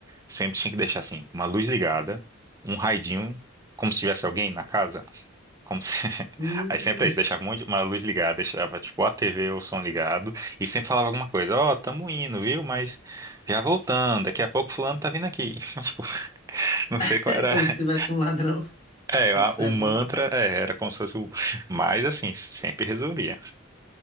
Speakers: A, on the right (about 15°); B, on the left (about 35°).
A: sempre tinha que deixar assim, uma luz ligada, um raidinho, como se tivesse alguém na casa. Como se... <laughs>
B: Hum,
A: Aí sempre é isso, deixava um monte- uma luz ligada, deixava tipo a TV ou o som ligado e sempre falava alguma coisa, ó, tamo indo, viu? Mas já voltando, daqui a pouco fulano tá vindo aqui. <laughs> Tipo, não
B: <laughs>
A: sei qual
B: é
A: era.
B: como
A: <laughs>
B: se tivesse um ladrão <laughs>
A: É,
B: observando.
A: a- o mantra é, era como se fosse o... Mas assim, sempre resolvia.